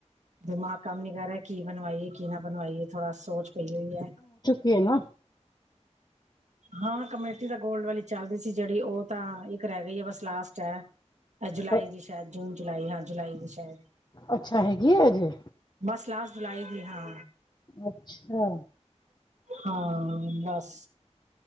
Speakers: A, on the right; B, on the left.
A: ਦਿਮਾਗ ਕੰਮ ਨੀ ਕਰ ਰਿਹਾ ਕੀ ਬਣਵਾਈਏ ਕੀ ਨਾ ਬਣਵਾਈਏ ਥੋੜਾ ਸੋਚ ਪਈ ਹੋਈ ਹੈ
B: ਕੇ ਨਾ
A: ਹਾਂ ਕਮੇਟੀ ਦਾ ਗੋਲਡ ਵਾਲੀ ਚੱਲਦੀ ਸੀ ਜਿਹੜੀ ਉਹ ਤਾਂ ਇੱਕ ਰਹਿ ਗਈ ਹੈ ਬਸ ਲਾਸਟ ਚ ਹੈ ਜੁਲਾਈ
B: ਅ-
A: ਦੀ ਸ਼ਾਇਦ ਜੂਨ ਜੁਲਾਈ ਹਾਂ ਜੁਲਾਈ ਦੀ ਸ਼ਾਇਦ
B: ਅੱਛਾ ਹੈਗੀ ਹੈ ਅਜੇ
A: ਬਸ ਲਾਸਟ ਜੁਲਾਈ ਦੀ ਹਾਂ
B: ਅੱਛਾ
A: ਹਾਂ ਬਸ